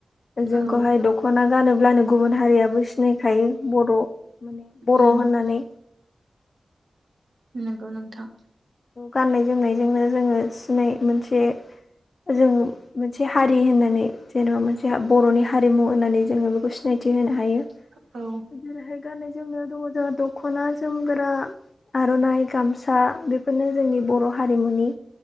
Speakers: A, on the left; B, on the right.
A: जोंखौहाय
B: औ
A: दखना गानोब्लानो गुबुन हारियाबो सिनायखायो बर माने बर
B: उम
A: होननानै
B: नोंगौ नोंथां
A: गाननाय जोमनायजोंनो जोङो सिनाय मोनसे जों मोनसे हारि होननानै जेनेबा मोनसे बरनि हारिमु होननानै जोङो बेखौ सिनायथि होनो हायो
B: औ
A: जेरैहाय गाननाय जोमनायाव दङ जोंहा दखना जोमग्रा आरनाइ गामसा बेफ बेफोरनो जोंनि बर‌ हारिमुनि